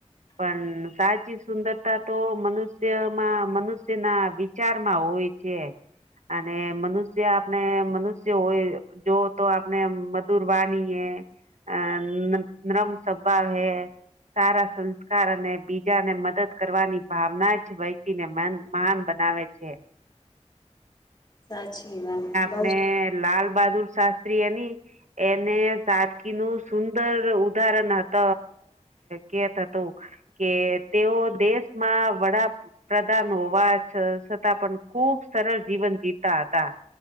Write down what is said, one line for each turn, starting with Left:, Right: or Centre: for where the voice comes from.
Right: પણ સાચી સુંદરતા તો મનુષ્યમાં મનુષ્યના વિચારમાં હોય. અને મનુષ્ય આપણે. મનુષ્ય હોય જો તો આપને મધુર વાનીએ. અ નરમ સ્વભાવ હૈ. સારા સંસ્કાર અને બીજાને મદદ કરવાની ભાવના જ વ્યક્તિ ને મહાન. બનાવે છે.
Left: સાચી વાત બ
Right: અને લાલ બહાદુર શાસ્ત્રી એની. એને સાદકી નું સુંદર ઉદાહરણ હત કેત હતું. કે તેઓ દેશમાં વડા. પ્રધાન હોવા છ છતાં પણ ખુબ સરળ જીવન જીવતા હતા.